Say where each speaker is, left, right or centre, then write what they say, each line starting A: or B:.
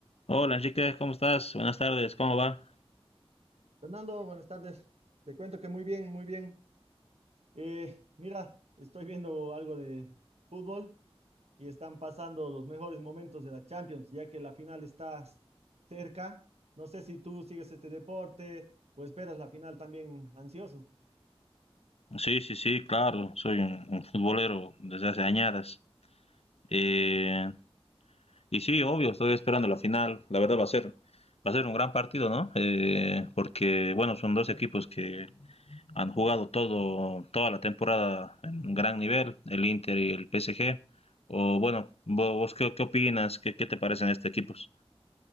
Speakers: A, on the left; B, on the right.
A: Hola Enrique, ¿cómo estás? Buenas tardes, ¿cómo va?
B: Fernando, buenas tardes. Te cuento que muy bien, muy bien. Eh, mira, estoy viendo algo de fútbol y están pasando los mejores momentos de la Champions, ya que la final está cerca. No sé si tú sigues este deporte o esperas la final también ansioso.
A: Sí, sí, sí, claro, soy un, un futbolero desde hace añadas. Eh, y sí, obvio, estoy esperando la final. La verdad va a ser, va a ser un gran partido, ¿no? Eh, porque, bueno, son dos equipos que han jugado todo, toda la temporada en un gran nivel, el Inter y el PSG. O bueno, vo- vos, qué, qué opinas? ¿Qué, qué te parecen estos equipos?